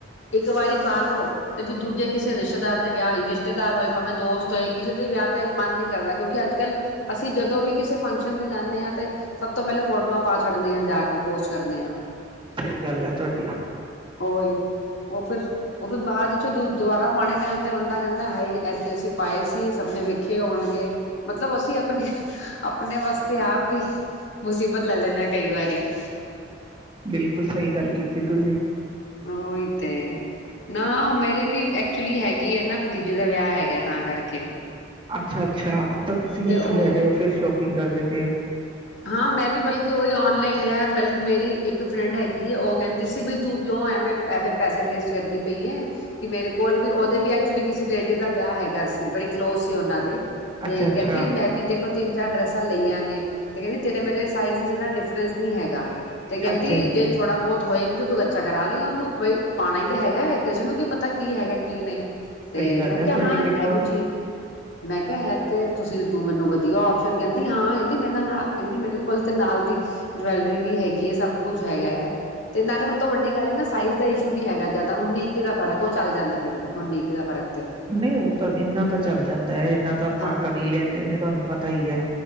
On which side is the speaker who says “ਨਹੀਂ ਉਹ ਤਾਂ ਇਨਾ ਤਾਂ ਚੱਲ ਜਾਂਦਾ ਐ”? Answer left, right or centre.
Right